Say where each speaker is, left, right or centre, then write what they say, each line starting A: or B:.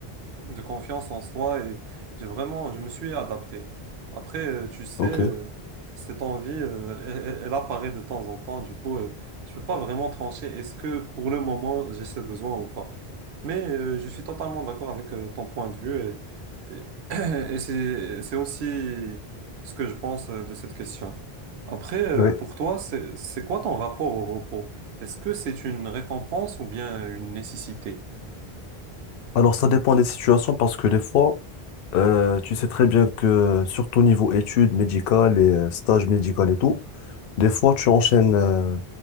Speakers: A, on the right; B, on the left.
A: de confiance en soi et j'ai vraiment, je me suis adapté. Après, euh, tu sais,
B: ok.
A: euh, cette envie, euh, elle, elle- elle apparaît de temps en temps. Du coup, euh, je peux pas vraiment trancher est-ce que pour le moment j'ai ce besoin ou pas. Mais euh, je suis totalement d'accord avec euh, ton point de vue et, et- <clears throat> et c'est, c'est aussi ce que je pense euh, de cette question. Après, euh,
B: Ouais.
A: pour toi, c'est, c'est quoi ton rapport au repos? Est-ce que c'est une récompense ou bien une nécessité?
B: Alors ça dépend des situations parce que des fois, euh, tu sais très bien que surtout niveau études médicales et euh, stages médicaux et tout, des fois tu enchaînes euh,